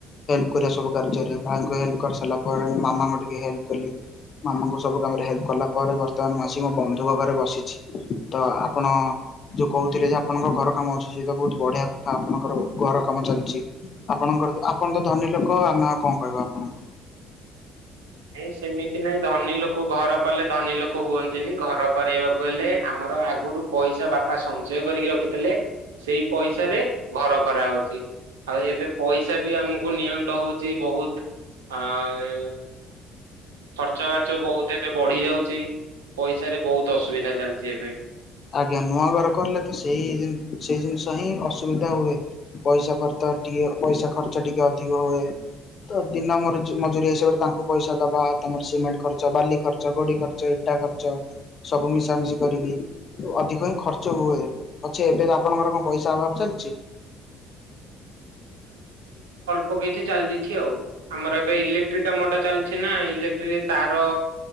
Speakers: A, on the left; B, on the right.
A: ହେଲ୍ପ କରିବା ସବୁ କାର୍ଯ୍ୟରେ ଭାଇକୁ ହେଲ୍ପ କରିସାରି ଙ୍କର ମାମାଙ୍କୁ ଟିକେ ହେଲ୍ପ କଲି। ମାମାଙ୍କୁ ସବୁ କାମରେ ହେଲ୍ପ କଲା ପରେ ବର୍ତ୍ତମାନ ମୁଁ ଆସିିକି ମୋ ବନ୍ଧୁଙ୍କ ଘରେ ବସିଛି ତ ଆପଣ ଯୋଉ କହୁଥିଲେ ଯେ ଆପଣଙ୍କ ଘର କାମ ଆସଚି ତ ବହୁତ ବଢିଆ କଥା ଆପଣଙ୍କର ଘର କାମ ଚାଲଚି ଆପ ଆପଣର ଆପଣ ତ ଧନୀ ଲୋକ ଆମେ ଆଉ କଣ କହିବୁ ଆପଣଙ୍କୁ?
B: ନାଇଁ ସେମିତି ନାଇଁ ଧନୀ ଲୋକ ଘର କଲେ ଧନୀ ଲୋକ ହୁଅନ୍ତିନି ଘର କରିବାକୁ କହିଲେ ଆମର ଆଗରୁ ପଇସା ବାପା ସଞ୍ଚୟ କରିକି ରଖିଥିଲେ। ସେଇ ପଇସାରେ ଘର କରାହଉଚି। ଆଉ ଏବେ ପଇସା ବି ଆମକୁ ନିଅଣ୍ଟ ହଉଚି ବହୁତ ଆଁ ଖର୍ଚ୍ଚ ବାର୍ଚ୍ଚ ବହୁତ ଏବେ ବଢି ଯାଉଚି ପଇସା ରେ ବହୁତ ଅସୁବିଧା। ଏବେ।
A: ଆଜ୍ଞା ନୂଆ ଘର କରିଲେ ତ ସେଇ ସେଇ ଜିନିଷ ହିଁ ଆସୁ ଅସୁବିଧା ହୁଏ ପଇସା ଖର୍ଚ୍ଚ ଟିକେ ପଇସା ଖର୍ଚ୍ଚ ଟିକେ ଅଧିକ ହୁଏ। ତ ଦିନ ମରଜି ମଜୁରୀ ହିସାବରେ ତାଙ୍କୁ ପଇସା ଦବା ତମର ସିମେଣ୍ଟ ଖର୍ଚ୍ଚ ବାଲି ଖର୍ଚ୍ଚ ଗୋଡି ଖର୍ଚ୍ଚ ଇଟା ଖର୍ଚ୍ଚ ସବୁ ମିଶାମିଶି କରିକି ଅଧିକ ହିଁ ଖର୍ଚ୍ଚ ହୁଏ ପଛେ ଏବେ ଆପଣଙ୍କର କଣ ପଇସା ଅଭାବ ଚାଲଚି।
B: ପକେଇଚି ଚାଲି ଦେଇଛି ଆଉ। ଆମର ଏବେ ଇଲେକ୍ଟ୍ରି କାମଟା ଚାଲିଛି ନା ଇଲେକ୍ଟ୍ରି ରେ ତାର